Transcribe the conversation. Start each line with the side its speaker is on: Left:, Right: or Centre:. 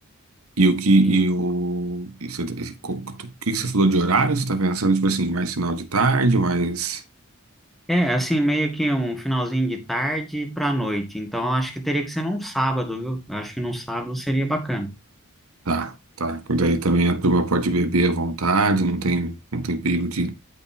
Right: E o que
Centre: e-
Right: e o e você- e co- o que que você falou de horário? Você está pensando tipo assim, mais final de tarde, mais
Centre: é assim, meio que um finalzinho de tarde para noite. Então, eu acho que teria que ser num sábado, viu? Eu acho que num sábado seria bacana.
Right: Tá, tá. Por daí também a turma pode beber à vontade, não tem, não tem perigo de,